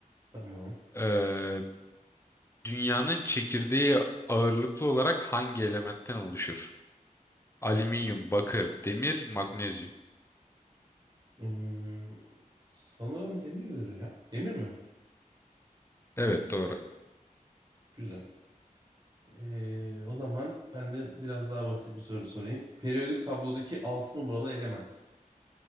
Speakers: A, on the right; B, on the left.
A: Tamam.
B: Ee, Dünyanın çekirdeği ağırlıklı olarak hangi elementten oluşur? Alüminyum, bakır, demir, magnezyum.
A: Hmm, sanırım demirdir ya. Demir mi?
B: Evet doğru.
A: Güzel. Ee, o zaman ben de biraz daha basit bir soru sorayım. Periyodik tablodaki 6 numaralı element.